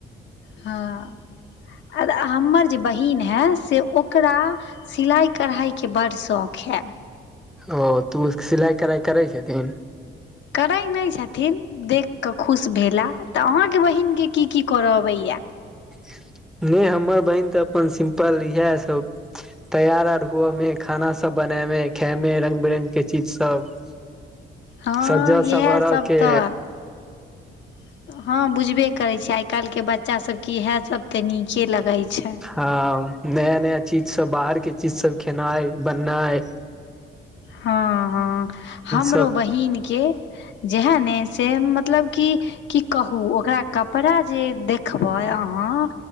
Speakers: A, on the left; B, in the centre.
A: हँ <inaudible> आ हमर जे बहिन है से ओकरा सिलाइ कड़हाकेँ बड शौक है
B: ओ तु सिलाइ कड़हाइ करै छथिन।
A: करै नै छथिन देख कऽ खुश भेला तऽ अहाँकेँ बहिन केँ की की कर अबै या
B: <inaudible> नै हमर बहिन तऽ अपन सिम्पल इहै सब। तैयार आर हुअ में खाना सब बना में खाय में रंग बिरंग केँ चीज सब
A: हँ
B: सजा
A: इहै
B: सवारा
A: सभ
B: के
A: तऽ <inaudible> हँ बुझबे करै छियै आइ काइल केँ बच्चा सभ केँ इहै सब तऽ नीके लगैत छै।
B: हँ नया नया चीज सब बाहर केँ चीज सब खेनै बननै
A: हऽ हऽ हमरो
B: सब
A: बहिन केँ जेहै ने से मतलब कि की कहू ओकरा कपड़ा जे देखबै अहाँ